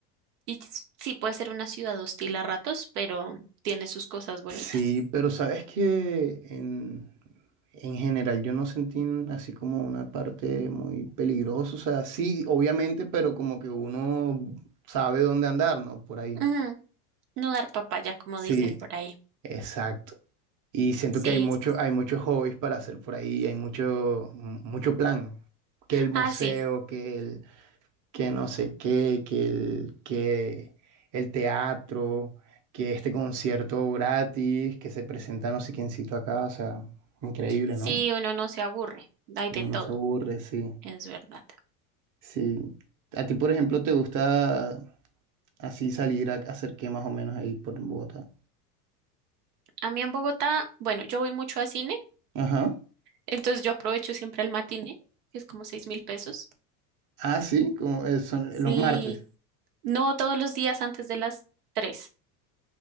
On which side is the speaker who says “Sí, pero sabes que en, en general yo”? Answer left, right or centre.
Right